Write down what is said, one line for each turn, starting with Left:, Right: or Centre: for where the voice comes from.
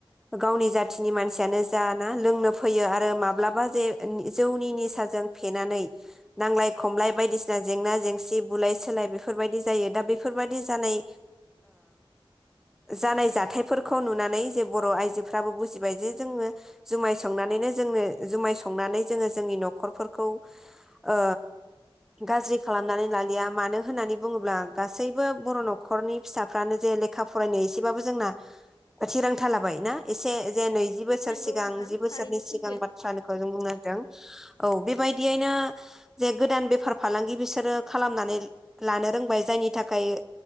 Centre: गावनि जाथिनि मानसियानो जा ना लोंनो फैयो आरो माब्लाबा जे जौनि निसाजों फेनानै नांलाय खमलाय बायदिसिना जेंना जेंसि बुलाय सुलाय बेफोरबायदि जायो दा बेफोरबायदि जानाय जानाय जाथायफोरखौ नुनानै जे बर आइजोफ्राबो बुजिबाय जे जोङो जुमाय संनानैनो जोंनो जुमाय संनानै जोङो जोंनि नखरफोरखौ ओ गाज्रि खालामनानै लालिया मानो होननानै बुङोब्ला गासैबो बर नखरनि फिसाफ्रानो जे लेखा फरायनो एसेबाबो जोंना थिरांथा लाबाय ना एसे जे नै जि बोसोर
Left: नोंगौ
Centre: सिगां
Left: नोंथां
Centre: जि बोसोरनि
Left: थारैनो
Centre: सिगां
Left: सैथो
Centre: बाथ्रानिखौ जों बुंनो औ बेबायदियैनो जे गोदान बेफार फालांगि बिसोरो खालामनानै लानो रोंबाय जायनि थाखाय